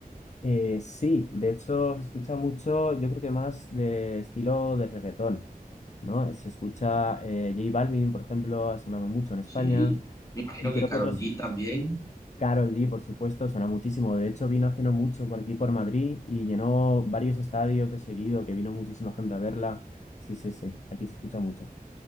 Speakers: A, on the left; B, on the left.
A: Eh, sí, de hecho, se escucha mucho, yo creo que más de estilo de reggaetón, ¿no? Se escucha eh, J Balvin, por ejemplo, ha sonado mucho en España,
B: Sí, me imagino
A: y creo
B: que Karol
A: que otros,
B: G también.
A: Karol G, por supuesto, suena muchísimo. De hecho, vino hace no mucho por aquí, por Madrid, y llenó varios estadios de seguido, que vino muchísima gente a verla. Sí, sí, sí, aquí se escucha mucho.